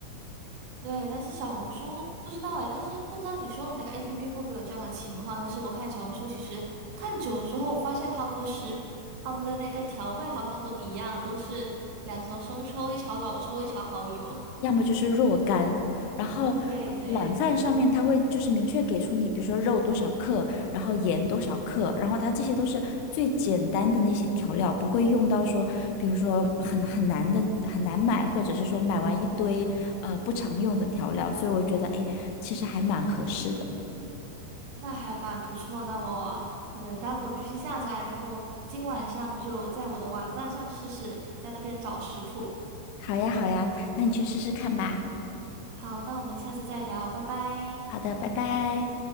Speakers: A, on the right; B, on the left.
A: 对，但是小红书不知道哎，但是不知道你说的那个 APP 会不会有这样的情况？但是我看小红书其实看久了之后，我发现他们的食，他们的那个调味好像都一样，都是两勺生抽，一勺老抽，一勺蚝油。
B: 要么就是若干，然后
A: <laughs> 对对。
B: 懒饭上面它会就是明确给出你，比如说肉多少克，然后盐多少克，然后它这些都是最简单的那些调料，不会用到说，比如说很很难的很难买，或者是说买完一堆呃不常用的调料，所以我觉得哎，诶其实还蛮合适的。
A: 那还蛮不错。那我可能待会儿就去下载，然后今晚上就在我的晚饭上试试，在那边找食谱。
B: 好呀，好呀，那你去试试看吧。
A: 好，那我们下次再聊，拜拜。
B: 好的，拜拜。